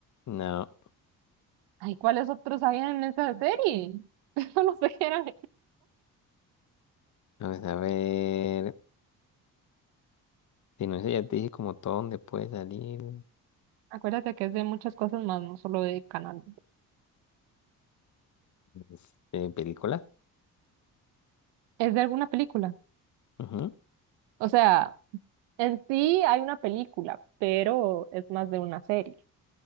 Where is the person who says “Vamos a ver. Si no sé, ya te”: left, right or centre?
Left